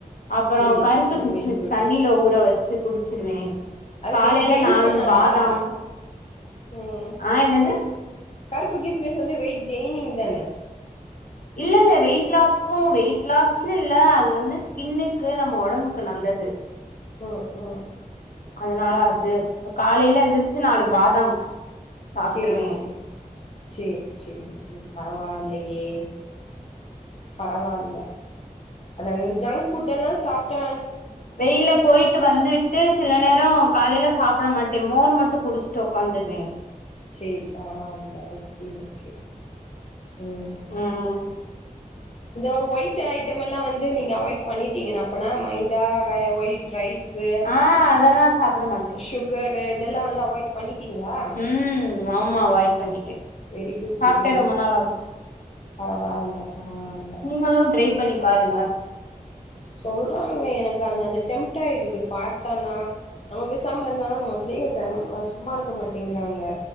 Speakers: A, on the left; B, on the left.
A: அப்புற
B: சேரி
A: கருப்பு
B: சேரி
A: கிஸ்மிஸ்
B: வெரி குட்
A: தண்ணியில ஊற வச்சு குடிச்சிருவே
B: அது
A: காலைல
B: வெயிட் கெயின்
A: நாலு
B: பண்ணாதா
A: பாதாம்
B: ம்
A: ஆ என்னது
B: கருப்பு கிஸ்மிஸ் வந்து வெயிட் கெய்னிங் தான
A: இல்ல இல்ல வெயிட் லாஸ்க்கு வெயிட் லாஸ்ன்னு இல்ல அது வந்து ஸ்கின்னுக்கு நம்ம ஒ டம்புக்கு நல்லது
B: ம் ம்
A: அதனால அது காலைல எந்திரிச்சு நாலு பாதாம் சாப்ட்டுருவே
B: சேரி சேரி சேரி சேரி சேரி பரவால்லையே பரவால்ல அதாங்க ஜங்க் ஃபுட் எல்லா சாப்ட்டா
A: வெயில்ல போய்ட்டு வந்துட்டு சில நேரோ காலைல சாப் பட மாட்டே மோர் மட்டு குடுஷ்ட்டு உக்காந்துர்வே
B: சேரி பரவால்ல ஓகே ஓகே ம்
A: ம்
B: இந்த ஒயிட் ஐட்டம் எல்லா வந்து நீங்க அவாய்ட் பண்ணிட்டீங்கன்னா அப்பனா மைதா ஒயிட் ரைஸ்சு
A: ஆ அதெல்லா சாப்ட மாட்டே
B: சுகர்ரு இதெல்லா வந்து அவாய்ட் பண்ணி திங்ளா
A: ம் ஆமா அவாய்ட் பண்ணிட்டே
B: வெரி குட்
A: சாப்ட்டே
B: வெரி குட்
A: ரொம்ப நாள் ஆகுது
B: பரவால்ல பரவால்ல
A: நீங்களு ட்ரை பண்ணி பாருங்க
B: சொல்றாங்க எனக்கு அந்தந்த டெம்ட் ஆயிடுது பாத்தனா நம்ம பேசாம இருந்தாலு நம்ம பிள்ளைக செம்ம சும்மா இருக்க மாட்டிங்கிறாங்க